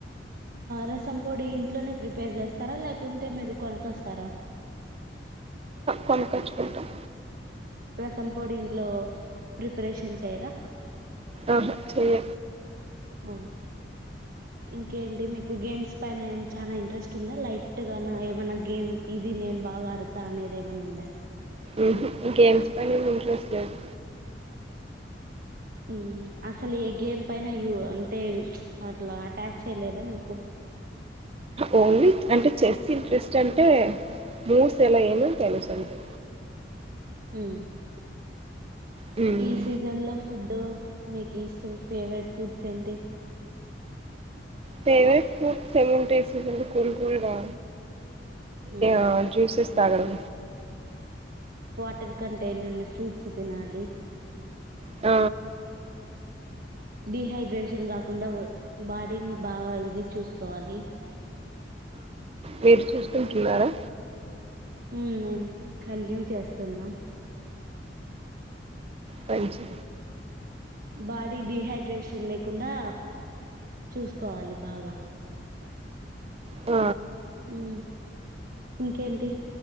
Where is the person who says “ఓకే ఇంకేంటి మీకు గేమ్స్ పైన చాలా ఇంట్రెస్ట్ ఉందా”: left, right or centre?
Right